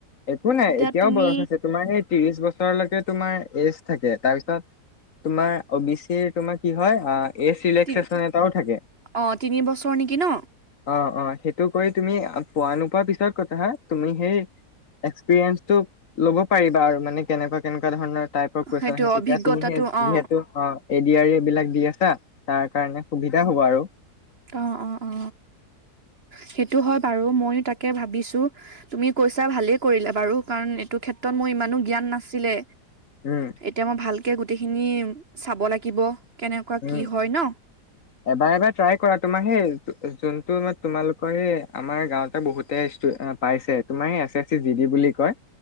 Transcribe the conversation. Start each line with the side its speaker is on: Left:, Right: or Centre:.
Left: একো নাই
Right: এতিয়া
Left: এতিয়াও
Right: তুমি
Left: বয়স আছে তোমাৰ এই ত্ৰিশ বছৰলৈকে তোমাৰ এজ থাকে, তাৰপিছত তোমাৰ অ বি চিৰ তোমাৰ কি হয় আ এজ চিলেকচেশ্যন
Right: তিনি
Left: এটাও থাকে।
Right: অ তিনি বছৰ নেকি ন
Left: অ অ সেইটো কৰি তুমি পোৱা নোপোৱা পিছত কথা হা‌ তুমি সেই ফেনছটো ল'ব পাৰি আৰু মানে কেনকোৱা কেনেকোৱা ধৰনৰ টাইপৰা কুৱেশন
Right: সেইটো
Left: আহে তেতিয়া
Right: অভিজ্ঞতাটো
Left: তুমি সেই
Right: অ
Left: যিহেতু অ এ ডি আৰ এইবিলাক দি আছা তাৰ কাৰণে সুবিধা হব আৰু
Right: অ অ অ সেইটো হয় বাৰু মইয়ো তাকে ভাবিছো। তুমি কৈছা ভালে কৰিলা বাৰু কাৰণ এইটো ক্ষেত্ৰত মোৰ ইমানো জ্ঞান নাছিলে।
Left: উম।
Right: এতিয়া মই ভালকে গোটেইখিনি চাব লাগিব। কেনেকুৱা
Left: উম।
Right: কি হয় ন
Left: এবাৰ এবাৰ ট্ৰাই কৰা তোমাৰ সেই যোনটো তোমালোকৰ সেই আমাৰ গাঁওঁতে বহুতে ষ্টু এ পাইছে তোমাৰ A S C G D বুলি কয়